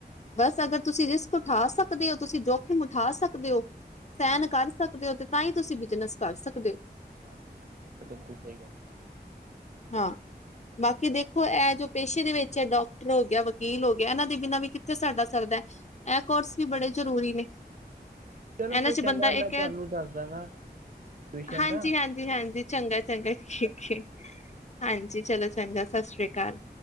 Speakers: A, on the left; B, on the right.
A: ਬਸ ਅਗਰ ਤੁਸੀਂ ਰਿਸਕ ਉਠਾ ਸਕਦੇ ਓ ਤੁਸੀਂ ਜੋਖਿਮ ਉਠਾ ਸਕਦੇ ਓ ਸਹਿਣ
B: ਹਾਂਜੀ
A: ਕਰ ਸਕਦੇ ਓ, ਤੇ ਤਾਂ ਈ ਤੁਸੀਂ ਬਿਜਨਸ ਕਰ ਸਕਦੇ ਓ।
B: ਹਾਂਜੀ-ਹਾਂਜੀ, ਇਹ ਤਾਂ ਬਿਲਕੁਲ ਸਹੀ ਗੱਲ ਐ।
A: ਹਾਂ, ਬਾਕੀ ਦੇਖੋ ਇਹ ਜੋ ਪੇਸ਼ੇ ਦੇ ਵਿੱਚ ਡਾਕਟਰ ਹੋ ਗਿਆ ਵਕੀਲ ਹੋ ਗਿਆ ਇਹਨਾਂ ਦੇ ਬਿਨਾਂ ਵੀ ਕਿੱਥੇ ਸਾਡਾ ਸਰਦਾ ਏ। ਇਹ ਕੋਰਸ
B: ਹਾਂਜੀ
A: ਵੀ ਬੜੇ
B: ਹਾਂਜੀ
A: ਜ਼ਰੂਰੀ ਨੇ,
B: ਹਾਂਜੀ ਚਲੋ
A: ਇਹਨਾਂ
B: ਫਿਰ
A: ਚ
B: ਚੰਗਾ
A: ਬੰਦਾ
B: ਮੈਂ
A: ਇੱਕ ਐ
B: ਤੁਹਾਨੂੰ ਦੱਸ ਦਾਂਗਾ ਟਿਊਸ਼ਨ
A: ਹਾਂਜੀ-ਹਾਂਜੀ-ਹਾਂਜੀ,
B: ਦਾ
A: ਚੰਗਾ-ਚੰਗਾ, ਠੀਕ
B: ਚੰਗਾ
A: ਏ।
B: <inaudible>
A: ਹਾਂਜੀ ਚਲੋ ਚੰਗਾ ਸਤਿ ਸ਼੍ਰੀ ਅਕਾਲ।